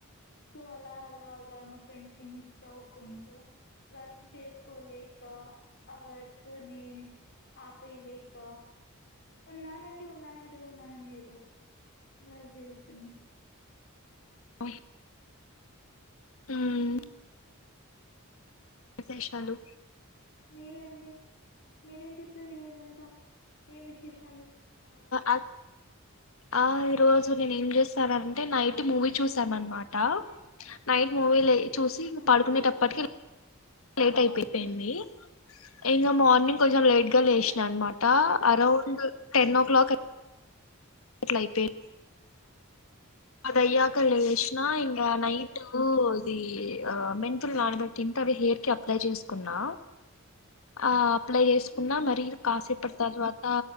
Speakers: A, on the left (about 55°); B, on the left (about 75°).
A: సో అలా అలాగా మా ఫ్రెండ్స్ ని మిస్ అవుకుంటూ వర్క్ చేసుకోలే క ఆ వర్క్ ని ఆపేయలేక ఉన్నానండి ఉన్నానంటే ఉన్నానని ఏదో లైవ్ జీవిస్తున్నా
B: <inaudible> ఉమ్
A: మ్మ్.
B: విశేషాలు
A: మీరండి మీరేం చేసారు ఈరోజంతా ఏం విశేషాలు
B: అల్ ఆ ఈరోజు నేను ఏం చేస్తానంటే నైట్ మూవీ చూసానన్నమాట నైట్ మూవీలే చూసి ఇంగ
A: ఓకే
B: పడుకునేటప్పటికి లేట్ అయిపోయింది ఇంగ మార్నింగ్ కొంచెం లేట్
A: ఓకే
B: గా లేసినా అన్నమాట అరౌండ్ టెన్ ఓ క్లాక్ అ ట్ల అయిపోంద్ అది అయ్యాక
A: ఓకే
B: లేషిన ఇంగ నై టు ఇది ఆ మెంతులు నానబెట్టి ఇంతనే హెయిర్ కి అప్లై చేసుకున్నా ఆ అప్లై చేసుకున్నా
A: మ్మ్హ్మ్.
B: మరి కాసేపటి తర్వాత